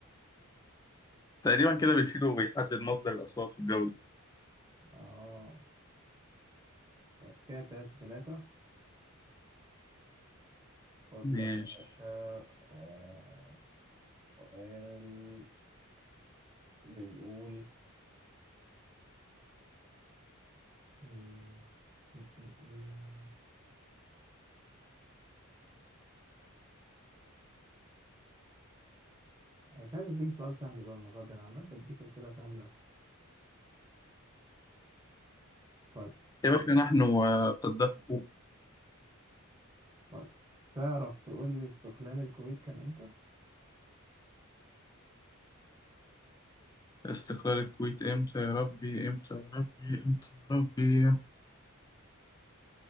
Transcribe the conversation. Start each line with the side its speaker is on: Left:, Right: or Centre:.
Left: تقريبا كده بيشيل وبيحدد مصدر الأصوات والجودة
Right: <laughs> آه طيب كده تلاتة تلاتة خد
Left: ماشي
Right: لك يا باشا آه، سؤال بيقول مم، مم، مم، مم. أنا مش عايز أديك سؤال سهل بقى المرة دي أنا عمال بديك أسئلة سهلة طيب
Left: يا باشا نحن وقد حقوق
Right: طيب تعرف تقول لي استقلال الكويت كان إمتى؟
Left: استقلال الكويت امتى يا ربي امتى يا ربي امتى يا ربي